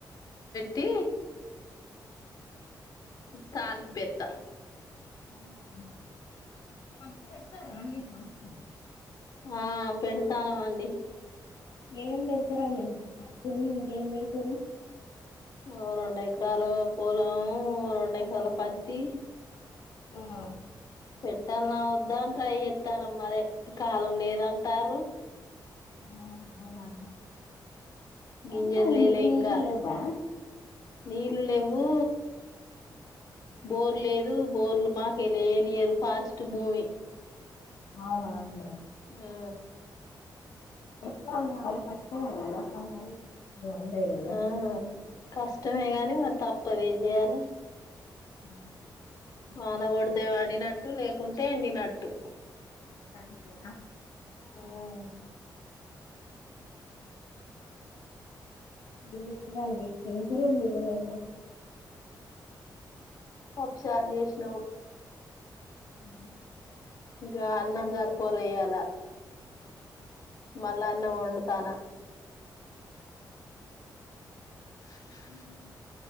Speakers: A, on the left (about 55°); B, on the left (about 70°).
A: టి తాలింపు ఏత్త
B: అవునా అండి పత్తి పెడతారా అండి ఈ సంవత్సరం
A: ఆ పెడతానవండి
B: ఏమేమి పెడతారండి మీరు పత్తులు ఇంకేం పెడతరు
A: ఓ రెండు ఏకరాలు పొలం రెండు ఏకరాల పత్తి
B: ఆహా
A: పెట్టాలన్నా వద్దా అని ట్రై చేస్తాన్నం మరి కాలం లేదంటారు
B: ఆహా అవునా
A: గింజలు
B: ఎందుకండి
A: లేలే
B: మీకు నీళ్లు
A: ఇంకా
B: లెవ్వా
A: నీళ్లు లెవ్వు బోర్ లే దు బోర్లు మా కెల్లి ఎయ్యనియరు ఫారెస్ట్ భూమి
B: అవునాండి
A: ఆ
B: <unintelligible> కష్టమే కదా <unintelligible> కదా
A: ఆ కష్టమే కాని మరి తప్పదు ఏం చెయ్యాలి
B: ఆ
A: వాన కొడితే పండినట్టు లేకుంటే ఎండినట్టు
B: నండేనా <unintelligible>
A: ఉం
B: ఏం చెత్తరు అండి ఏం కూర వండింది నిన్న
A: పప్పుచారు చేసినవు
B: ఆ
A: ఇంగ అన్నం జరి పోలే ఇయాల మళ్ళా అన్నం వండుతానా ఉ